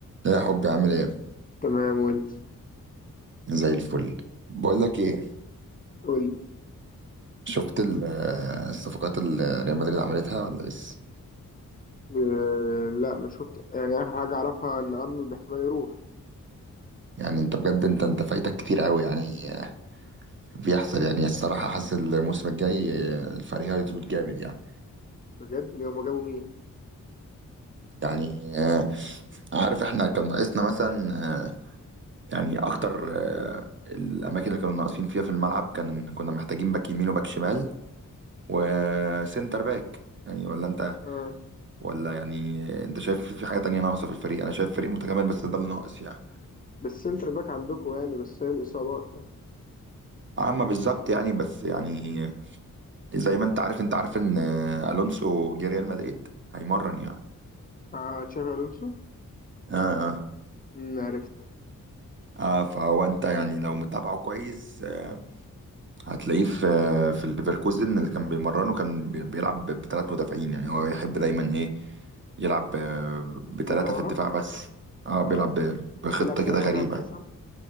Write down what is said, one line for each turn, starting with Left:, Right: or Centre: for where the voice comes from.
Right: يا حبي عامل ايه
Left: تمام وانت
Right: زي الفل بقول لك ايه
Left: قولي
Right: شفت ال- آه، الصفقات اللي ريال مدريد عملتها ولا لسه
Left: آه، لا ما شفت يعني اخر حاجه اعرفها ان ارنولد احتمال يروح
Right: يعني انت بجد انت انت فايتك كتير قوي يعني آه، بيحصل يعني الصراحه حاسس الموسم الجاي آه، الفريق هيظبط جامد يعني
Left: بجد لو ما جابوا مين
Right: يعني آه، عارف احنا كان ناقصنا مثلا آه، يعني اكتر آه، الاماكن اللي كانوا ناقصين فيها في الملعب كان كنا محتاجين باك يمين وباك شمال وسنتر باك يعني ولا انت
Left: آه.
Right: ولا يعني انت شايف في حاجة تانية ناقصة في الفريق انا شايف فريق متكامل بس ده اللي ناقص يعني
Left: بس سنتر باك عندكم يعني بس هي الاصابات يعني
Right: اما بالظبط يعني بس يعني زي ما انت عارف انت عارف ان الونسو جه ريال مدريد هيمرن يعني
Left: آه تشافي الونسو
Right: اه اه
Left: مم، عرفت
Right: اه فهو انت يعني لو متابعه كويس آه هتلاقيه في في الليفركوزن اللي كان بيمرنه كان بي- بيلعب بثلاث مدافعين يعني هو يحب دايما ايه يلعب بثلاثة
Left: ثلاثه ورا
Right: في الدفاع بس اه
Left: آه.
Right: بيلعب ب- بخطة
Left: بيلعب ثلاثه
Right: كده غريبة
Left: خمسه صح؟